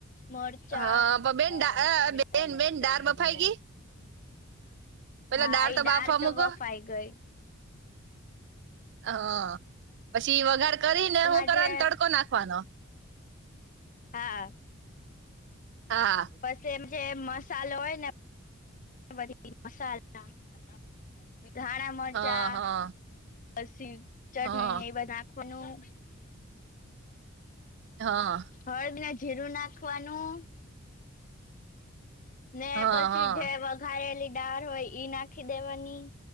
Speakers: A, on the left (about 40°); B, on the right (about 55°).
A: મરચાં
B: હા પણ બેન
A: ધાણા
B: દા અ,
A: ટમેટા
B: બેન
A: મરચાં
B: બેન દાળ
A: લીમડો
B: બફાઈ ગઈ પેલા
A: હા એ દાળ
B: બાફવા
A: તો
B: મૂકો
A: બફાઈ ગઈ
B: હા પછી વઘાર કરીને
A: એમાં
B: હું કરવા
A: જે
B: તડકો નાખવાનો
A: હા
B: હા
A: પછ એમ જે મસાલો હોય ને બધી મસાલા ધાણા મરચા
B: હા હા
A: પછી ચટણી
B: હા
A: એવા નાખવાનું
B: હા
A: હળદને જીરું નાખવાનું-' ને
B: હા
A: પછી
B: હા
A: જે વગર હા ઓલી ડાળ હોય ઈ નાખી દેવાની